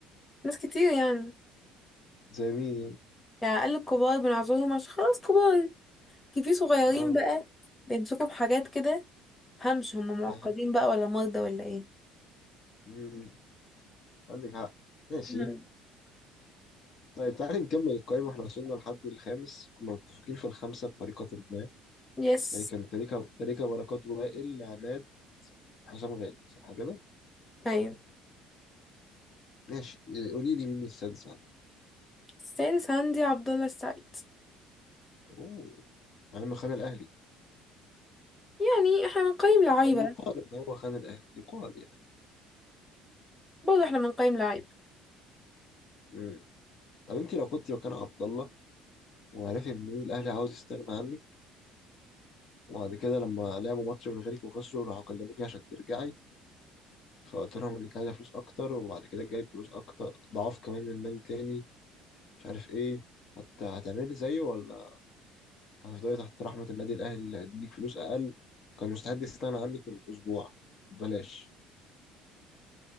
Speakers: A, on the left; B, on the left.
A: ناس كتير يعني
B: زي مين يعني
A: يعني اقل الكبار بنعذرهم عشان خلاص كبار كي في صغيرين
B: اه
A: بقى بيمسكوا بحاجات كده مفهمش هم معقدين
B: اه
A: بقى ولا مرضى ولا ايه
B: مم. عندك حق ماشي
A: أمم،
B: طيب تعالي نكمل القائمة احنا وصلنا لحد الخامس كنا متفقين في الخمسة بطريقة ما
A: يس
B: يعني كان تريكة تريكة بركات وائل عماد حسام غالي صح كده
A: ايوه
B: ماشي قولي لي مين السادس عندك
A: السادس عندي عبد الله السعيد
B: اوه مع انه خان الاهلي
A: يعني احنا بنقيم لعيبه
B: او يقال ان هو خان الاهلي يقال يعني
A: برضه احنا بنقيم لعيبه
B: مم. طب انت لو كنت مكان عبد الله وعرفت ان الاهلي عاوز يستغنى عنك وبعد كده لما لعبوا ماتش من غيرك وخسروا راحوا كلموكي عشان ترجعي فقلت لهم انك عايزه فلوس اكتر وبعد كده جالك فلوس اكتر ضعاف كمان من نادي تاني مش عارف ايه هت... هتعملي زيه ولا هتفضلي تحت رحمه النادي الاهلي اللي هيديك فلوس اقل كان مستعد يستغنى عنك من اسبوع ببلاش